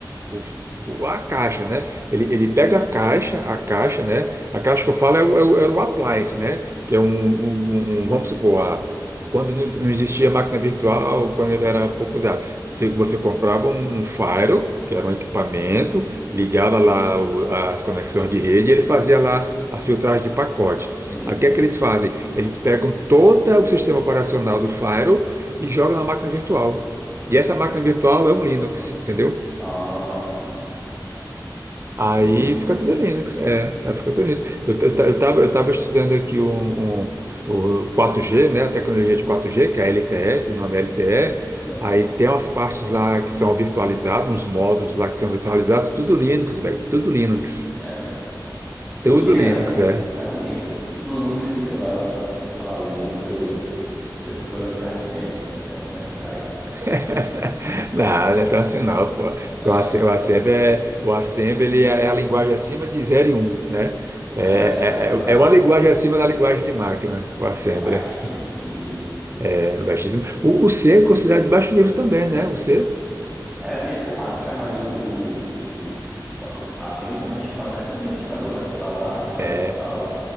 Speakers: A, on the right; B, in the centre.
A: o- o- a caixa, né? Ele, ele pega a caixa, a caixa, né? A caixa que eu falo é o, é o, é o appliance, né? Que é um, um- um- um, vamos supor, a- quando não, não existia máquina virtual, quando ele era pouco usado, se você comprava um, um Firewall, que era um equipamento, ligava lá o- as conexões de rede, e ele fazia lá a filtragem de pacote.
B: Hum.
A: Aí o que é que eles fazem? Eles pegam todo o sistema operacional do Firewall e jogam na máquina virtual. E essa máquina virtual é um Linux, entendeu?
B: Ah,
A: Aí
B: entendeu.
A: fica tudo Linux. É, tá, fica tudo Linux. Eu, eu, ta- eu, tava, eu tava estudando aqui um, um- o 4G, né? A tecnologia de 4G, que é a LTE, que o nome é LTE.
B: Hum.
A: Aí tem umas partes lá que são virtualizadas, uns módulos lá que são virtualizados, tudo Linux, velho. Tudo Linux.
B: É mesmo.
A: Tudo
B: Linux,
A: Linux, é.
B: é, Linux, Linux, sei lá, eu- quando falar Linux, eu não sei porque eu lembro de Assembly, negócio meio arcaico.
A: <laughs> Não, não é tão assim não, pô. Porque
B: É,
A: O Assem- o Assembly é, o Assembly ele é é a linguagem acima de zero e 1, né? É,
B: é, é, ba-
A: é, é é uma linguagem acima da linguagem de máquina, o Assembly.
B: é baixíssimo nível.
A: É baixíssimo. O, o C é considerado de baixo nível também, né? O C.
B: É, tem camadas, né? Mas o, o, o, o- a- o- a Assembly tu mexe com, até com o registrador, né? Tu fala, ah, registrador
A: É,
B: tal.